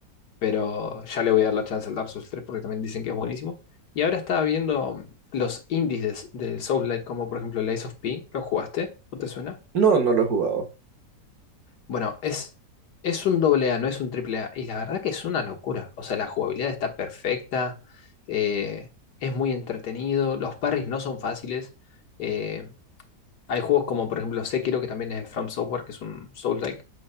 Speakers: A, on the left (about 75°); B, on the right (about 60°).
A: pero ya le voy a dar la chance al Dark Souls 3 porque también dicen que es buenísimo. Y ahora estaba viendo mm, los índices del Souls-like, como por ejemplo el Ace of P, ¿lo jugaste? ¿No te suena?
B: No, no lo he jugado.
A: Bueno, es, es un doble A, no es un triple A. Y la verdad que es una locura. O sea, la jugabilidad está perfecta, eh, es muy entretenido, los parries no son fáciles. eh, hay juegos como por ejemplo Sekiro, que también es de From Software, que es un Souls-like,